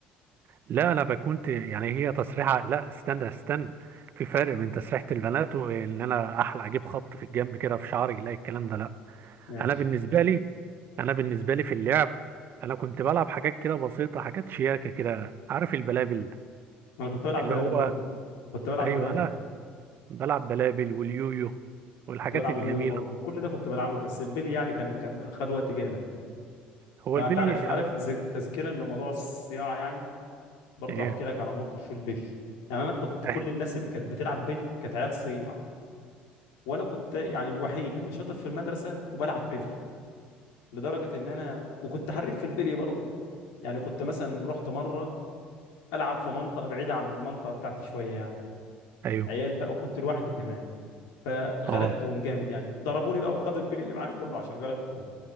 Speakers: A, on the right (about 50°); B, on the left (about 80°).
A: لا انا بكونت يعني هي تصريحه لا استنى استنى في فرق بين تسريحه البنات وان انا احلى اجيب خط في الجنب كده في شعري لا الكلام ده لا
B: ماشي
A: انا بالنسبه لي انا بالنسبه لي في اللعب انا كنت بلعب حاجات كده بسيطه حاجات شياكه كده عارف البلابل
B: انا كنت بلعب
A: اللي
B: بلابل
A: هو
B: برضو كنت بلعب
A: ايوه
B: بلابل
A: انا بلعب بلابل واليويو والحاجات
B: كنت بلعب
A: الجميله
B: يويو برضه كل ده كنت بلعبه بس البلي يعني كان كان خد وقت جامد
A: هو
B: فانت
A: البلي
B: عارف
A: يعني
B: عارف ز- تذكيرا لموضوع الصياعه يعني برضه
A: ايه
B: هحكي لك على موقف في البلي يعني انا كنت
A: إيه،
B: كل الناس اللي كانت بتلعب بلي كانت عيال صياع وانا كنت يعني الوحيد اللي شاطر في المدرسه وبلعب بلي لدرجه ان انا وكنت حريف في البلي برضه يعني كنت مثلا رحت مره العب في منطقه بعيده عن المنطقه بتاعتي شويه يعني
A: ايوه
B: عيال بقى وكنت لوحدي كمان فغلبتهم
A: اه
B: جامد يعني ضربوني بقى وخدوا البلي اللي معايا كله عشان غلبتهم